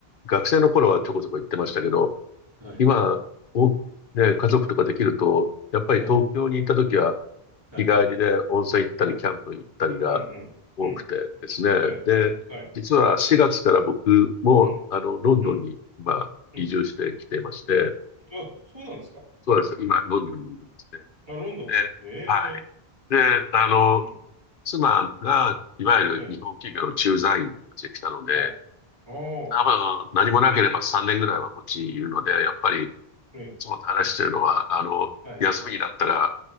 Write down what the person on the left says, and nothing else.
学生の頃はちょこちょこ行ってましたけど、
今、お、ね、家族とかできると、やっぱり東京にいた時は
日帰りで温泉行ったり、
キャンプ行ったりが
多くてですね。
で、
実は4月から僕も、
あの、ロンドンに今、
移住してきていまして、
そうなんですよ。今、ロンドンにいるんですね。
で、
はい。
で、あの、
妻が、いわゆる日本企業の駐在員として来たので、
多分何もなければ3年ぐらいはこっちにいるので、
やっぱりい
つもと話してるのは、あの、
休みになったら